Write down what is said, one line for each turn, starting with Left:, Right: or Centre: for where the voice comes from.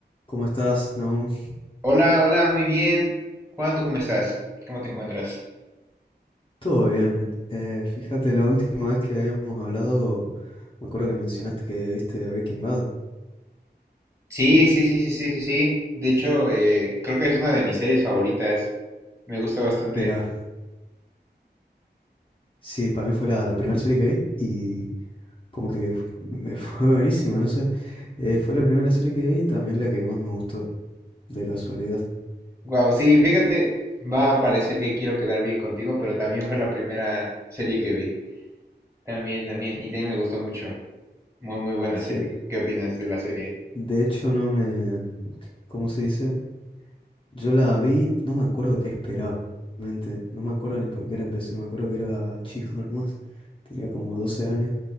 Left: ¿Cómo estás, Nahum?
Right: Hola, hola, muy bien. Juan, ¿tú cómo estás? ¿Cómo te encuentras?
Left: Todo bien. Eh, fíjate, la última vez que habíamos hablado, me acuerdo que mencionaste que viste Breaking Bad.
Right: Sí, sí, sí, sí, sí, sí, sí. De hecho, eh, creo que es una de mis series favoritas. Me gusta bastante.
Left: Mira, sí, para mí fue la, la primera serie que vi y como que f- me <laughs> fue buenísima, no sé. Eh, fue la primera serie que vi y también la que más me gustó, de casualidad.
Right: Wow, sí, fíjate, va a parecer que quiero quedar bien contigo, pero también fue la primera serie que vi. También, también. Y también me gustó mucho. Muy, muy buena
Left: Sí.
Right: serie. ¿Qué opinas de la serie?
Left: De hecho, no me... ¿Cómo se dice? Yo la vi, no me acuerdo qué esperaba, realmente. No me acuerdo ni por qué la empecé, me acuerdo que era chico nomás, tenía como 12 años.